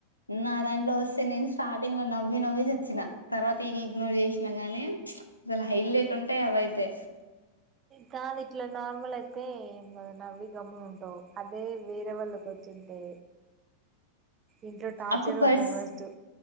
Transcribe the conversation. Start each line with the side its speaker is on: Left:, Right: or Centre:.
Left: నా దాంట్లో వస్తే నేను స్టార్టింగ్ లో నవ్వి నవ్వి చచ్చినా తర్వాత ఇ ఇగ్నోర్ చేసినా గాని అసలు హైలెట్ ఉంటాయి అవైతే
Right: కాదు ఇట్లా నార్మల్ అయితే ఏం కదా నవ్వి గమ్మున ఉంటావు అదే వేరే వాళ్ళకి వచ్చింది అంటే ఇంట్లో టార్చర్
Left: ఒక పర్స్
Right: ఉంటాది ఫస్టు